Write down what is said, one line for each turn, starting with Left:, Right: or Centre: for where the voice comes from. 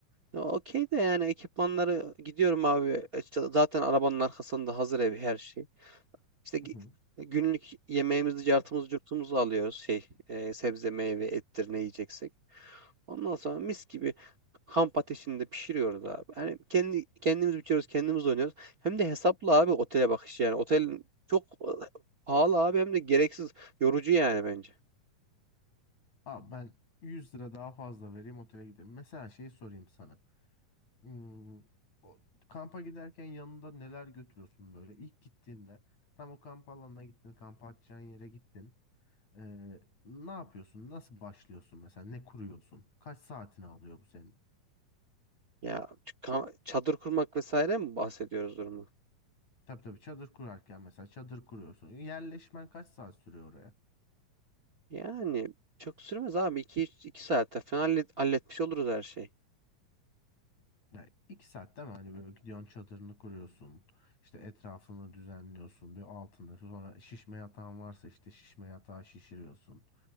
Right: ya Okey de yani ekipmanları gidiyorum abi. E, İşte zaten arabanın arkasında hazır ev her şey. İşte gi-
Left: Hı hı.
Right: günlük yemeğimizi, cartımızı, curtumuzu alıyoruz. Şey, e, sebze, meyve, ettir ne yiyeceksek. Ondan sonra mis gibi kamp ateşinde pişiriyoruz abi. Yani kendi kendimiz biçiyoruz, kendimiz oynuyoruz. Hem de hesaplı abi otele bakış yani. Otel çok e, pahalı abi hem de gereksiz yorucu yani bence.
Left: Abi ben 100 lira daha fazla vereyim otele gidelim. Mesela şey sorayım sana. Hmm, o, kampa giderken yanında neler götürüyorsun böyle? İlk gittiğinde tam o kamp alanına gittin, kamp atacağın yere gittin. Ee, ne yapıyorsun? Nasıl başlıyorsun mesela? Ne kuruyorsun? Kaç saatini alıyor bu senin?
Right: Ya ç- ka- çadır kurmak vesaire mi bahsediyoruz durumu?
Left: Tabii tabii çadır kurarken mesela çadır kuruyorsun. Yerleşmen kaç saat sürüyor
Right: Yani çok sürmez abi. iki 2 saatte falan hallet- halletmiş oluruz her şeyi.
Left: Yani iki saat değil mi? Hani böyle gidiyorsun çadırını kuruyorsun. işte etrafını düzenliyorsun. Bir altını. Sonra şişme yatağın varsa işte şişme yatağı şişiriyorsun.